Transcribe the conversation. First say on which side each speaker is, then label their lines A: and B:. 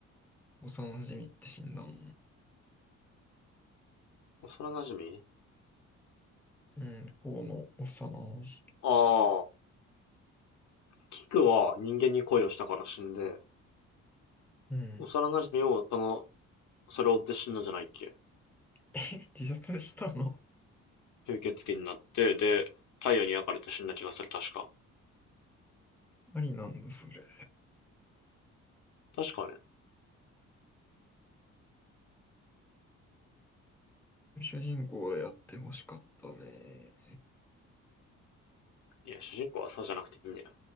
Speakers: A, in the centre; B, on the left.
A: 幼馴染って死んだの
B: 幼馴染
A: うん、この幼馴染。
B: ああ、キクは人間に恋をしたから死んで、
A: うん。
B: 幼馴染をそのそれを追って死んだんじゃないっけ？
A: <laughs> 自殺したの
B: 吸血鬼になって、で、太陽に焼かれて死んだ気がする、確か。
A: あり <laughs> なんだ、それ。
B: 確かね。
A: 主人公でやってほしかったね。
B: いや、主人公はそうじゃなくていいんだよ。